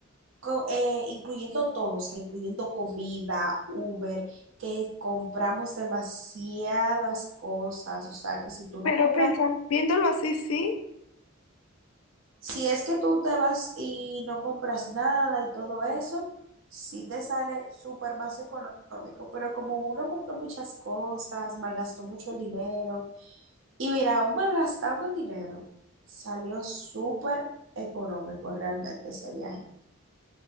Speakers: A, on the right; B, on the left.
A: co- eh, incluyendo todo, o sea, incluyendo comida, Uber, que compramos demasiadas cosas, o sea, que si tú
B: Pero
A: no compras,
B: pensando, viéndolo así, sí,
A: si es que tú te vas y no compras nada y todo eso, sí te sale súper más económico, pero como uno compró muchas cosas, malgastó mucho dinero, y mira, aún malgastando el dinero, salió súper económico realmente ese viaje.